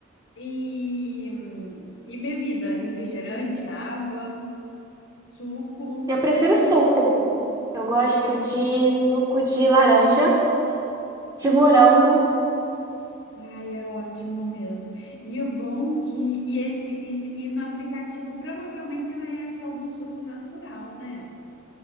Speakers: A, on the left (about 60°); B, on the right (about 15°).
A: E, e bebida, refrigerante, água, suco.
B: Eu prefiro suco. Eu gosto
A: Ai, eu
B: de
A: também.
B: suco de laranja, de morango.
A: Ai, é ótimo mesmo. E o bom que. E, esse, e, e no aplicativo provavelmente você vai achar algum suco natural, né?